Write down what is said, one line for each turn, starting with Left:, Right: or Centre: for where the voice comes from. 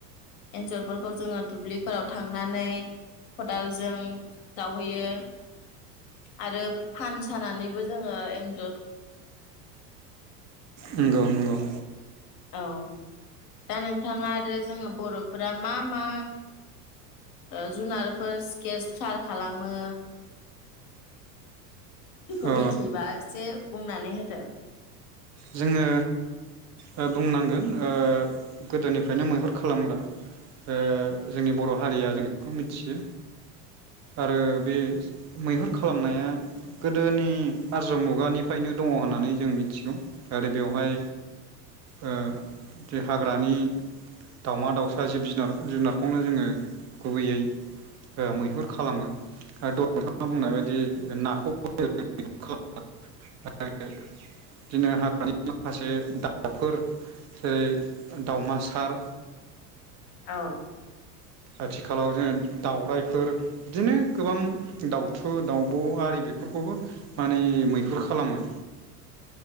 Left: एन्जरफोरखौ जोङो दुब्लिफोराव थांनानै खदालजों जावहैयो यो आरो फान सानानैबो जोङो एन्ज
Right: नंगौ-नंगौ औ
Left: औ दा नोंथाङा आरो जोंना बर'फोरा मा-मा ओ जुनारफोर स्केस सार खालामो बेखौ
Right: ओ
Left: मिथियोबा एसे बुंनानै होदो
Right: जोङो ओ बुंनांगोन ओ गोदोनिफ्रायनो मैहुर खालामग्रा ओ जोंनि बर' हारिया जों बेखौ मिथियो आरो बे मैहुर खालामनाया गोदोनि आरज्य मुगानिफ्रायनो दङ होननानै जों मिथिगौ आरो बेवहाय ओ देहाग हाग्रानि दाउमा दाउसा जिब जुनार जुनारखौनो जोङो गुबैयै ओ मैहुर खालामो ओ नोंथाङा बुंनाय बायदि नाखौ <unintelligible> बिदिनो हा <unintelligible> माखासे दा फोर सेरै ओ दाउमासार
Left: औ
Right: आथिखालाव जोङो दाउराफोर बिदिनो गोबां दाउथु दाउब' आरि बेफोरखौबो माने मैहुर खालामो